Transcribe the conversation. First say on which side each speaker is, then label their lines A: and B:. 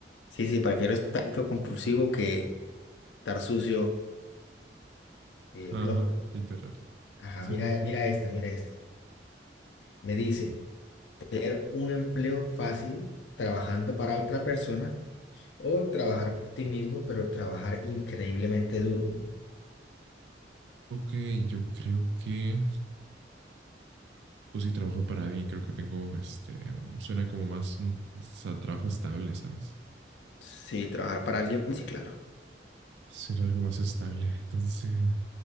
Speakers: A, on the left (about 85°); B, on the right (about 70°).
A: Sí, sí, prefiero estar compulsivo que... estar sucio y
B: Ajá,
A: flojo.
B: literal.
A: Ajá,
B: Sí,
A: mira,
B: sí, sí.
A: mira este, mira este. Me dice, tener un empleo fácil trabajando para otra persona o trabajar para ti mismo, pero trabajar increíblemente duro.
B: Ok, yo creo que, pues si trabajo para alguien, creo que tengo, este, um, suena como más un sa- trabajo estable, ¿sabes?
A: Sí, trabajar para alguien, sí, claro.
B: Suena algo más estable. Entonces,